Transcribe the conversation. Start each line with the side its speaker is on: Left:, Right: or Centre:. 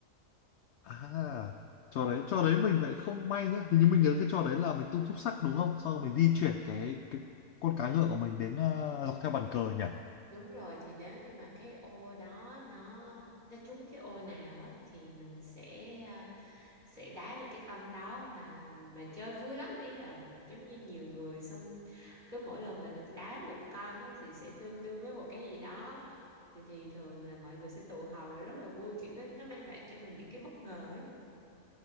Left: À, trò đấy, trò đấy mình lại không may nhá. Hình như mình nhớ cái trò đấy là mình tung thúp sắc đúng không? Sau rồi mình di chuyển cái cái con cá ngựa của mình đến à, dọc theo bàn cờ nhỉ?
Right: đúng rồi thì nếu như mà cái ô đó nó nó trúng cái ô nào á thì mình sẽ ờ, sẽ đá được cái con đó mà mà chơi vui lắm ý là giống như nhiều người xong cứ mỗi lần mà được đá một con á thì sẽ tương đương với một cái gì đó thì, thì thường là mọi người sẽ tụ họp và rất là vui kiểu nó nó mang lại cho mình những cái bất ngờ ấy